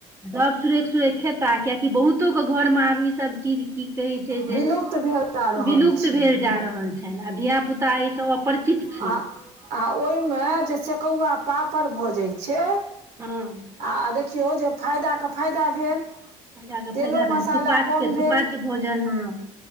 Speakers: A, on the right (about 20°); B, on the right (about 75°).
A: सभ सुरेक सूरेक खेता कियकि बहुत तौ के घर मे आब ई सभ चीज की कहै छै
B: विलुप्त
A: जे
B: भेल जा रहल
A: विलुप्त
B: छै
A: भेल जा कह छनि आ धिया पुता एहि सभ अपरिचित छी
B: आ आ ओहिमे जे सेकौआ पापड़ भऽ जाइ छै।
A: हँ
B: आ देखियौ जे फायदा के फायदा भेल।
A: फायदा के
B: तेलो
A: फायदा
B: मसाला
A: भेल सुपाच्यके
B: कम भेल
A: सुपाच्य भोजन ह